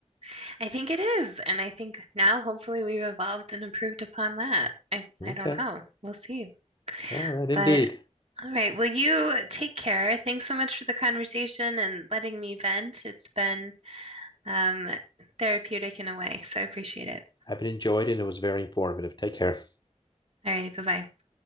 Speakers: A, on the right; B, on the left.
A: <laughs> I think it is. And I think now hopefully we've evolved and improved upon that. I,
B: Okay,
A: I don't know. We'll see.
B: all right, indeed.
A: But All right. Well, you take care. Thanks so much for the conversation and letting me vent. It's been um, therapeutic in a way, so I appreciate it.
B: I've enjoyed it. and It was very informative. Take care.
A: All right. Bye bye.